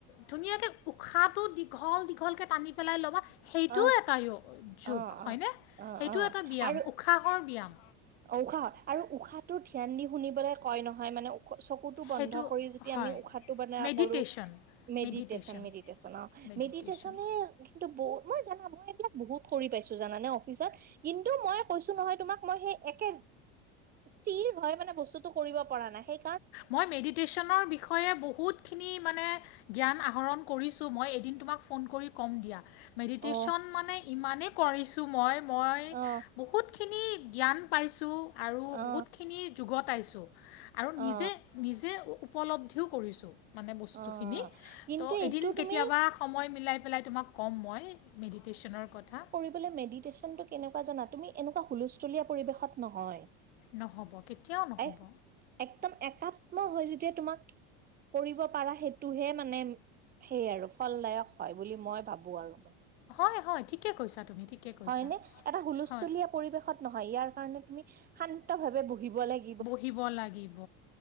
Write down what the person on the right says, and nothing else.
অ
অ
অ
অ
অ
আৰু
অ উশাহ আৰু উশাহটো ধ্যান দি শুনিবলৈ কয় নহয় মানে চকুটো
বন্ধ কৰি যদি
আমি উশাহটো বনৰা
কৰো মেডিটেশন
মেডিটেশন অ
মেডিটেশনৰ কিন্তু বহুত জানা মই এইবিলাক বহুত কৰি পাইছো জানানে অফিচত কিন্তু মই কৈছো নহয় তোমাক মই সেই একে ঠিৰ হয় মানে বস্তুটো কৰিব পৰা নাই সেই
অ
অ
অ
অ
অ কিন্তু
এইটো
তুমি
বোলে মেডিটেশন টো কেনেকুৱা জানা তুমি এনেকুৱা হুলস্থুল পৰিৱেশত নহয়
এক একদম একাত্ম হৈ যেতিয়া তোমাক কৰিব পাৰা সেইটোহে মানে সেই আৰু ফলদায়ক হয় বুলি মই ভাবো আৰু
হয় নে এটা হুলস্থুলীয়া
পৰিৱেশত নহয় ইয়াৰ কাৰণে তুমি শান্ত ভাৱে বহিব লাগ